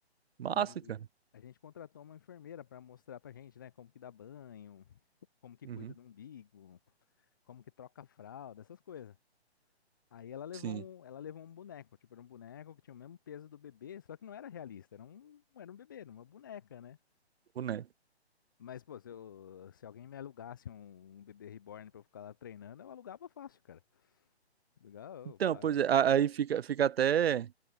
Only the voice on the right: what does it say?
Massa,
cara.
Uhum.
Sim,
boneco.
Então,
pois é, a- aí fica, fica até.